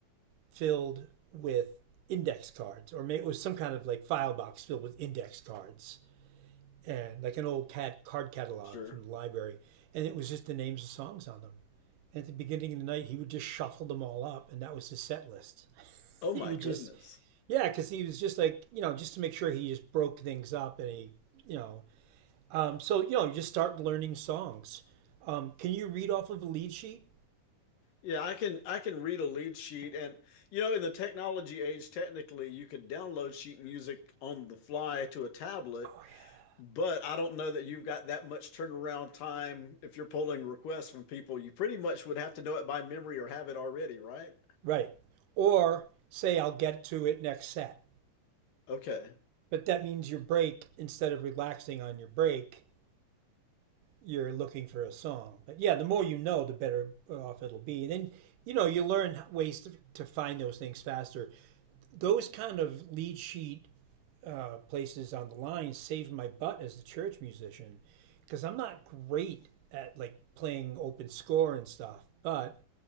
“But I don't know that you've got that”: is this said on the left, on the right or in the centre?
Left